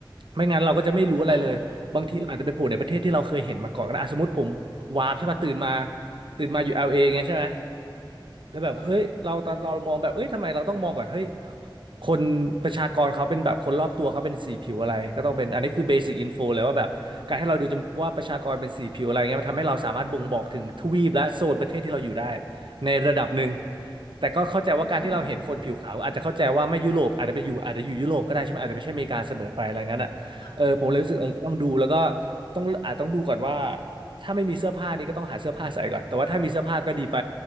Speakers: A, on the right; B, on the left.
A: ไม่งั้นเราก็จะไม่รู้อะไรเลยบางทีเราอาจจะไปโผล่ในประเทศที่เราเคยเห็นมาก่อนก็ได้อ่ะสมมติผม
B: ค่ะ
A: วาร์ปใช่ป่ะตื่นมาตื่นมาอยู่ LA เออย่างเงี้ยใช่ไหม แล้วแบบเฮ้ยเราตอนเรามองแบบเอ้ยทำไมเราต้องมองก่อนเฮ้ย
B: อ่าฮะ
A: คนประชากรเขาเป็นแบบคนรอบตัวเขาเป็นสีผิวอะไรก็ต้องเป็นอันนี้คือเบสิ c อินโฟเลยว่าแบบการให้เราดูจำว่าประชากรเป็นสีผิวอะไรเงี้ยมันทำให้เราสามารถบ่งบอกถึงทวีปและโซนประเทศที่เราอยู่ได้ในระดับหนึ่ง
B: อือหือ
A: แต่ก็เข้าใจว่าการที่เราเห็นคนผิวขาวอาจจะเข้าใจว่าไม่ยุโรปอาจจะไปอยู่อาจจะอยู่ยุโรปก็ได้ใช่ไหมอาจจะไม่ใช่อเมริกาเสมอไปอะไรงั้นอ่ะเออผมเลยรู้สึกเออก็ต้องดูแล้วก็
B: อือหือค่ะ
A: ต้องอาจต้องดูก่อนว่าถ้าไม่มีเสื้อผ้านี่ก็ต้องหาเสื้อผ้าใส่ก่อนแต่ว่าถ้ามีเสื้อผ้าก็ดีไป